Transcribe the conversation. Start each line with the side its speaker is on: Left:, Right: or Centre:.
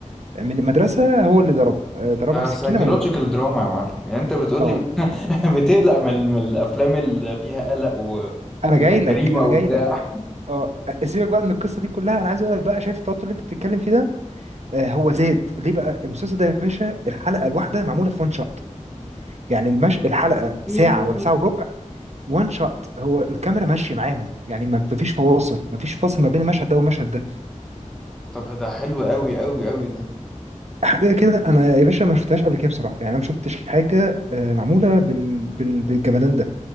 Right: من المدرسه هو اللي ضربها آه ضربها
Centre: آه
Right: بسكينه
Centre: سايكولوجيكال
Right: موتها
Centre: دراما يا معلم يعني أنت بتقول
Right: اه
Centre: لي <laughs> بتقلق من, ال- من الأفلام اللي فيها قلق و...
Right: انا
Centre: وجريمة
Right: جاي لك انا
Centre: وبتاع
Right: جاي لك اه آه، سيبك بقى من القصه دي كلها انا عايز اقول لك بقى شايف التوتر اللي انت بتتكلم فيه ده آه هو زاد ليه بقى المسلسل ده يا باشا الحلقه الواحده معموله في وان شوت يعني المش... الحلقه ساعه
Centre: إيه.
Right: ولا ساعه وربع وان شوت هو الكاميرا ماشيه معاهم يعني ما فيش فواصل ما فيش فاصل ما بين المشهد ده والمشهد ده
Centre: طب ده حلو أوي أوي أوي ده
Right: حاجه كده انا يا باشا ما شفتهاش قبل كده بصراحه يعني انا ما شفتش حاجه آه، معموله بال... بال... بالجمدان ده